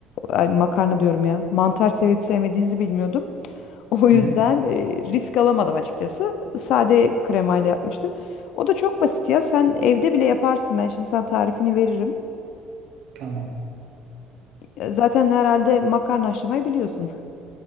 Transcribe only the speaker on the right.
Hı hı.
Tamam.